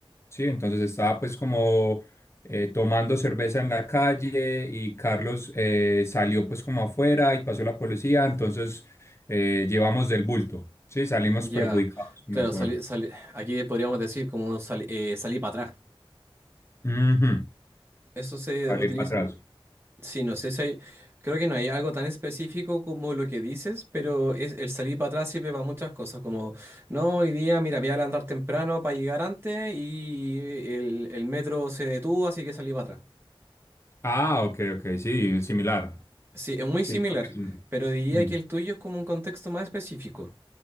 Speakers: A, on the left; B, on the right.
A: ¿sí? Entonces estaba pues como eh, tomando cerveza en la calle y Carlos eh, salió pues como afuera y pasó la policía, entonces eh, llevamos del bulto, ¿sí? Salimos
B: Ya,
A: perjudicados como
B: claro,
A: por
B: salí- salí- aquí podríamos decir como sal- eh, salir para atrás.
A: Ujú,
B: Eso se
A: salir
B: utiliza,
A: para atrás.
B: sí, no sé si hay, creo que no hay algo tan específico como lo que dices, pero es, el salir para atrás sirve para muchas cosas, como, no, hoy día, mira, voy a andar temprano para llegar antes y el, el metro se detuvo, así que salí para atrás.
A: Ah, ok, ok, sí, similar.
B: Sí, es muy
A: Sí,
B: similar,
A: creo que sí.
B: pero diría
A: Ujú.
B: que el tuyo es como un contexto más específico.